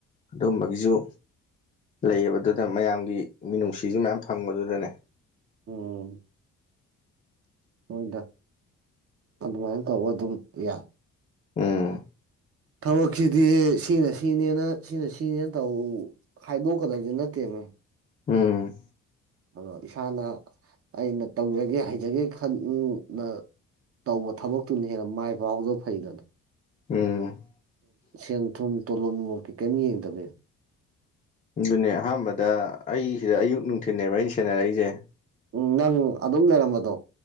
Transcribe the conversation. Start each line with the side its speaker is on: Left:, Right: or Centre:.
Left: ꯑꯗꯨꯝꯕꯒꯤꯁꯨ ꯂꯩꯌꯦꯕꯗꯨꯗ ꯃꯌꯥꯝꯒꯤ ꯃꯤꯅꯨꯡꯁꯤꯁꯨ ꯃꯌꯥꯝ ꯐꯪꯕꯗꯨꯗꯅꯦ
Right: ꯑꯣꯝ ꯍꯣꯏꯗ ꯑꯗꯨꯃꯥꯏꯅ ꯇꯧꯕ ꯑꯗꯨꯝ ꯌꯥ
Left: ꯎꯝ
Right: ꯊꯕꯛꯁꯤꯗꯤ ꯁꯤꯅ ꯁꯤꯅꯦꯅ ꯁꯤꯅ ꯁꯤꯅꯦꯅ ꯇꯧ ꯍꯥꯏꯗꯣꯛꯀꯗꯕꯁꯦ ꯅꯠꯇꯦ ꯃꯣꯏ
Left: ꯎꯝ
Right: ꯑꯗꯣ ꯏꯁꯥꯅ ꯑꯩꯅ ꯇꯧꯖꯒꯦ ꯍꯩꯖꯒꯦ ꯈꯜꯅ ꯇꯧꯕ ꯊꯕꯛꯇꯨꯅ ꯍꯦꯟꯅ ꯃꯥꯏ ꯄꯥꯎꯗꯕ ꯐꯩꯒꯅꯤ
Left: ꯎꯝ
Right: ꯁꯦꯟ ꯊꯨꯝ ꯇꯣꯂꯣꯝ ꯅꯨꯡꯣꯞꯀꯤ ꯀꯩꯝ ꯌꯦꯡꯗꯕ
Left: ꯑꯗꯨꯅꯦ ꯑꯍꯥꯟꯕꯗ ꯑꯩ ꯁꯤꯗ ꯑꯌꯨꯛ ꯅꯨꯡꯊꯤꯜꯕ ꯑꯩꯅ ꯁꯦꯟꯅꯔꯛꯏꯁꯦ
Right: ꯎꯝ ꯅꯪ ꯑꯗꯨꯝ ꯂꯩꯔꯝꯕꯗꯣ